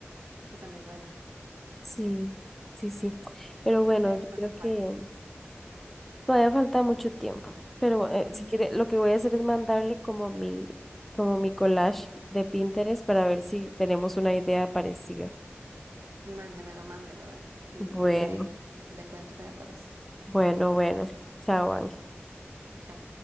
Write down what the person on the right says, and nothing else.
porque también lo haría
pero
no
sé cuál.
Ujú.
Mándemelo, mándelo, a ver. Y,
y ahí le le cuento qué me parece.
Chao.